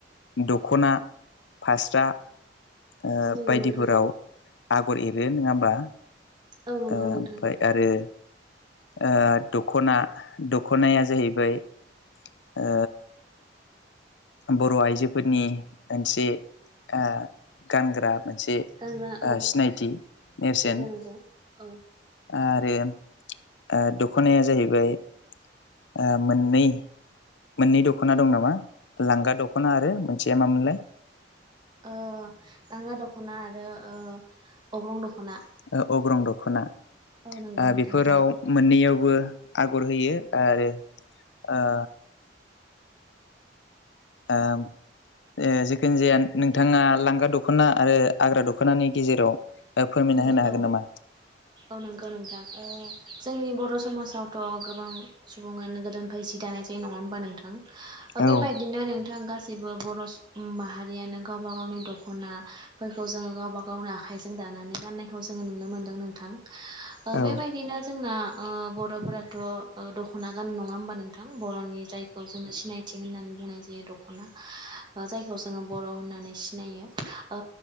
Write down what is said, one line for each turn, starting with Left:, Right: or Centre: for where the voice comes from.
Left: दख'ना, फास्रा ओ
Right: नंगौ
Left: बायदिफोराव
Right: नोंथां
Left: आगर एरो नङा होमबा?
Right: औ नंगौ
Left: ओ
Right: नोंथां
Left: ओमफाय आरो ओ दख'ना दख'नाया जाहैबाय ओ बर' आइजोफोरनि मोनसे ओ गानग्रा मोनसे
Right: गानग्रा औ
Left: ओ सिनायथि नेरसोन।
Right: नंगौ नंगौ औ।
Left: आरो ओ दखोनाया जाहैबाय ओ मोन्नै मोन्नै दखोना दं नामा लांगा दख'ना आरो मोनसेया मा मोनलाय?
Right: ओ लांगा दख'ना आरो ओ अग्रं दख'ना।
Left: ओ अग्रं दख'ना।
Right: औ नंगौ
Left: ओ
Right: नोंथां
Left: बिफोराव
Right: औ
Left: मोन्नैयावबो आगर होयो आरो ओ ओ ओ जिखुनजाया नोंथाङा लांगा दखोना आरो आग्रा दखोनानि गेजेराव ओ फोरमायना
Right: उम
Left: होनो हागोन
Right: औ।
Left: नामा?
Right: औ नंगौ नोंथां। ओ जोंनि बर' समाजावथ' गोबां सुबुङानो गोदोनिफ्राय जि दानाय जायो नङा होमबा नोंथां? ओ
Left: औ
Right: बेबायदिनो नों थां गासिबो बर' स्-माहारियानो गावबा गावनि दख'नाफोरखौ जोङो गावबा गावनो आखाइजों दानानै गाननायखौ जोङो नुनो मोन्दों नोंथां। ओ
Left: औ
Right: बेबायदिनो जोंना ओ बर'फोराथ' ओ दख'ना गानो नङा होमबा नोंथां बर'नि जायखौ जोङो सिनाय थि होननानै बुंनाय जायो दख'ना ओ जायखौ जोङो बर' होननानै सिनायो। ओ